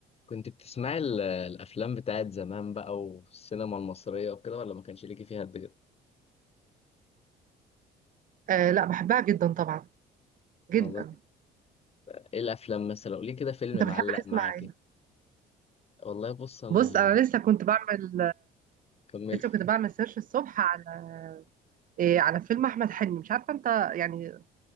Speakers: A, on the left; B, on the right.
A: كنت بتسمعي ال- الافلام بتاعت زمان بقى والسينما المصريه وكده ولا ما كانش ليكي فيها قد كده
B: آه لا بحبها جدا طبعا جدا
A: والله ايه الافلام مثلا قولي كده فيلم
B: انت بتحب
A: معلق
B: تسمع
A: معاكي
B: ايه
A: والله بص انا
B: بص انا لسه كنت بعمل
A: كملت
B: لسه كنت بعمل سيرش الصبح على إيه على فيلم احمد حلمي مش عارفه انت يعني